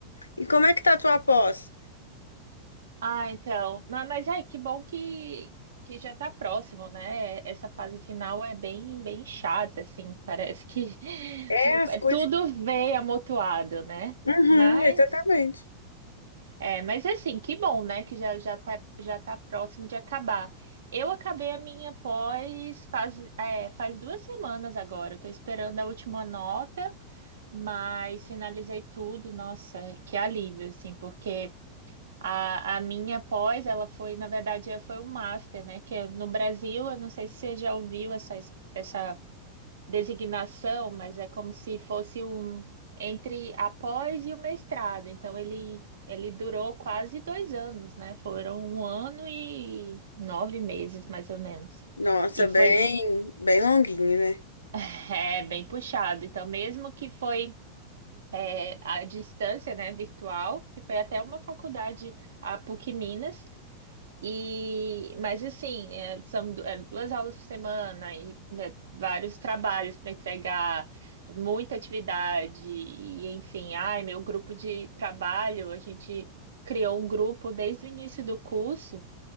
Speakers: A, on the left (about 80°); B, on the right (about 65°).
A: E como é que tá a tua pós?
B: Ah, então. Mas, mas ai, que bom que, que já tá próximo, né? Essa fase final é bem, bem chata, assim. Parece que <laughs>
A: É, as coisas.
B: tudo vem amontoado, né?
A: Uhum,
B: Mas.
A: exatamente.
B: É, mas assim, que bom, né? Que já já tá, já tá próximo de acabar. Eu acabei a minha pós faz, é, faz duas semanas agora. Estou esperando a última nota, mas finalizei tudo. Nossa, que alívio, assim, porque a, a minha pós, ela foi, na verdade, ela foi o master, né? Que é no Brasil, eu não sei se você já ouviu essa, es- essa designação, mas é como se fosse um entre após e o mestrado. Então ele ele durou quase dois anos, né? Foram um ano e nove meses, mais ou menos.
A: Nossa,
B: E
A: bem,
B: foi
A: bem longuinho, né?
B: <laughs> é, bem puxado. Então, mesmo que foi é, à distância, né, virtual, que foi até uma faculdade, a PUC Minas, E, mas assim, é, são du- é, duas aulas por semana e né, vários trabalhos para entregar, muita atividade, e enfim, ai, meu grupo de trabalho, a gente criou um grupo desde o início do curso,